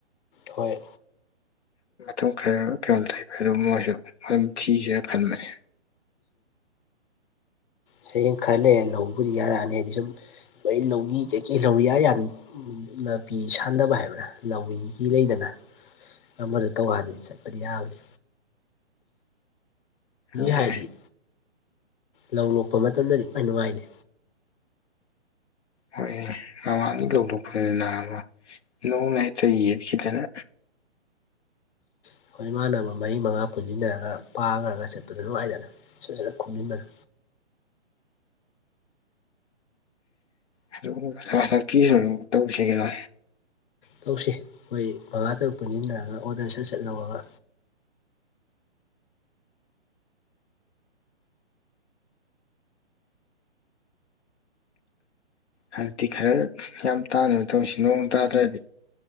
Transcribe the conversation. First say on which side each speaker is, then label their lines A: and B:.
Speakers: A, on the left; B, on the left.
A: ꯍꯣꯏ
B: ꯃ ꯈꯔ ꯀꯩꯅꯣ ꯂꯩꯕ ꯑꯗꯨ ꯃꯣꯏꯁꯨ ꯑꯗꯨꯝ ꯊꯤꯁꯤꯅ ꯈꯟꯕꯅꯤ
A: ꯁꯌꯦꯡ ꯈꯔ ꯂꯩꯔ ꯂꯧꯕꯗꯤ ꯌꯥꯔꯛꯑꯅꯤ ꯍꯥꯏꯗꯤ ꯁꯨꯝ ꯑꯩꯏ ꯂꯧꯃꯤ ꯀꯩꯀꯩ ꯂꯧꯏꯌꯥ ꯌꯥ ꯎꯝ ꯅꯥꯄꯤ ꯁꯥꯟꯗꯕ ꯍꯥꯏꯕ꯭ꯔꯥ ꯂꯧꯋꯒꯤ ꯂꯩꯗꯅ ꯅꯝꯕꯔ ꯇꯧꯀꯥꯟꯗꯗꯤ ꯆꯠꯄꯗꯤ ꯌꯥꯕꯅꯤ
B: ꯑꯦ
A: ꯍꯥꯏ ꯂꯧ ꯂꯣꯛꯄ ꯃꯇꯝꯗꯗꯤ ꯈꯋꯥꯏ ꯅꯨꯡꯉꯥꯏꯗꯥ
B: ꯍꯣꯏ ꯃꯃꯥꯡꯗꯒꯤ ꯂꫭꯛꯄꯗꯥꯗꯤ ꯅꯥꯕꯥ ꯅꯣꯡꯅ ꯍꯦꯛꯇ ꯌꯦꯠꯈꯤꯗꯅ
A: ꯑꯩꯈꯣꯏ ꯏꯃꯥꯟꯅ ꯃꯔꯤ ꯃꯉꯥ ꯄꯨꯟꯁꯤꯟꯅꯔꯒ ꯄꯥꯈ꯭ꯔꯒ ꯆꯠꯄꯗ ꯅꯨꯡꯉꯥꯏꯗꯅ ꯁ ꯁꯖꯅ ꯈꯨꯝꯝꯃꯤꯟꯕꯗꯣ
B: ꯑꯗꯨ ꯀꯁꯨ ꯇꯧꯁꯤ ꯀꯩꯅꯣ
A: ꯇꯧꯁꯤ ꯑꯩꯈꯣꯏ ꯃꯉꯥ ꯇꯔꯨꯛ ꯄꯨꯟꯁꯤꯟꯅꯔꯒ ꯑꯣꯔꯗꯔ ꯁꯠ ꯁꯠ ꯂꯧꯔꯒ
B: ꯍꯥꯏꯗꯛꯇꯗꯤ ꯈꯔ ꯌꯥꯝ ꯇꯥꯅꯅ ꯇꯧꯁꯤ ꯅꯣꯡ ꯇꯥꯗ꯭ꯔꯗꯤ